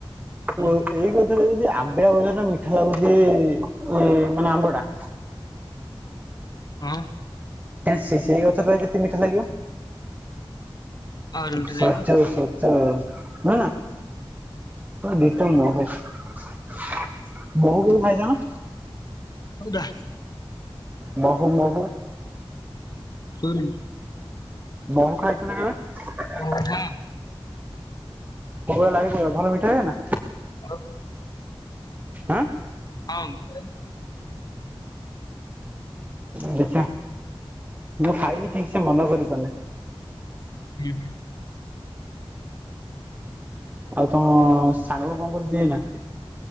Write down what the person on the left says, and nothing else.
ହୁଁ
ହଁ।
ଆଉ ରୁମ୍ ଟା
ନେଇଯାଅ
ଚୁଡ଼ା
ଚୋରି
ଓ ହଁ
ଆଉ
ହଁ ମୁଁ
ହୁଁ ହୁଁ।